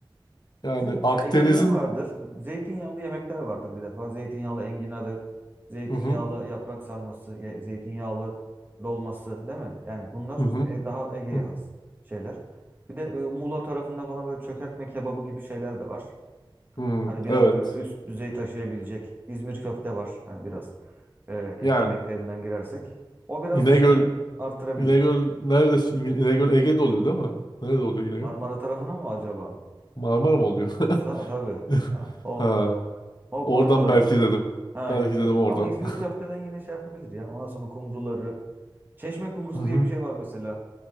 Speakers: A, on the left; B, on the right.
A: Yani
B: Bizde
A: Akdeniz'in
B: işte Ege'de ne vardır? Zeytinyağlı yemekler vardır bir defa. Zeytinyağlı enginarı, zeytinyağlı
A: Hı hı.
B: yaprak sarması, ye- zeytinyağlı dolması değil mi? Yani bunlar
A: Hı hı.
B: işte e, daha Ege'ye
A: Hı.
B: has şeyler. Bir de e, Muğla tarafında falan böyle çökertme kebabı gibi şeyler de var.
A: Hı.
B: Hadi biraz
A: Evet.
B: böyle üst düzey taşıyabilecek. İzmir köfte var. Hani biraz e, et
A: Yani
B: yemeklerinden girersek. O biraz
A: İnegöl
B: şeyi artırabilir.
A: İnegöl neresi? İng- İnegöl Ege'de oluyor değil mi? Nerede oluyor İnegöl?
B: Marmara tarafına mı acaba?
A: Marmara mı oluyor?
B: Bursa Ha, tabii.
A: <laughs>
B: Ha, o,
A: Ha.
B: o
A: Oradan
B: Marmara.
A: belki dedim.
B: Ha
A: Belki
B: yok
A: dedim
B: yok.
A: oradan.
B: Ama İzmir köfteden
A: <laughs>
B: yine şey yapabilir ya. Ondan sonra kumruları. Çeşme kumrusu
A: Hı hı.
B: diye bir şey var mesela.